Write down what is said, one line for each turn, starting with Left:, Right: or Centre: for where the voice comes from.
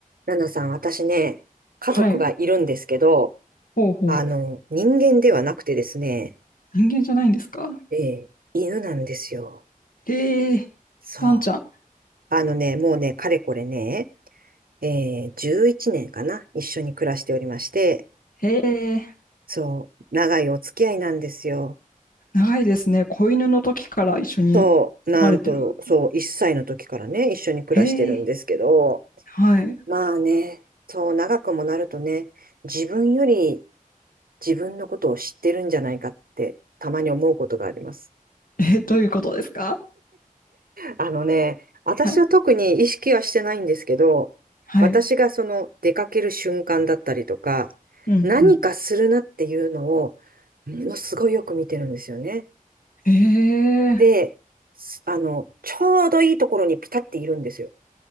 Right: ナナさん、私ね、家族がいるんですけど、
Left: はい。ほうほう。
Right: あの、人間ではなくてですね、
Left: 人間じゃないんですか
Right: ええ犬なんですよ。
Left: へえ、
Right: そう。
Left: ワンちゃん。
Right: あのね、もうね、かれこれね、ええ11年かな、一緒に暮らしておりまして、
Left: へえ、
Right: そう、長いお付き合いなんですよ。
Left: 長いですね。子犬の時から一緒に住まれてる。
Right: そう、なんと、そう、1歳の時からね、一緒に暮らしてるんですけど、
Left: へえ、はい。
Right: まあね、そう、長くもなるとね、自分より自分のことを知ってるんじゃないかって、たまに思うことがあります。
Left: え、どういうことですか
Right: あのね、私は特に意識はしてないんですけど、
Left: はい。はい。
Right: 私がその出かける瞬間だったりとか、
Left: うん、
Right: 何かするなっていうのを、
Left: う
Right: ものすごいよく見てるんですよね。
Left: ん。へえ、
Right: で、すあの、ちょうどいいところにピタっているんですよ。